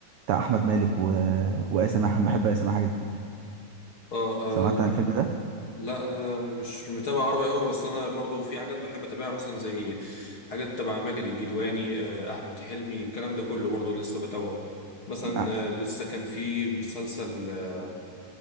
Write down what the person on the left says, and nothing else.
اه
آه،
لا انا مش متابع عربي قوي بس انا برضو في حاجات بحب اتابعها مثلا زي حاجات تبع ماجد الجدواني آه، احمد حلمي الكلام ده كله برضو لسه بتابعه مثلا
آه، لسه كان في مسلسل آه،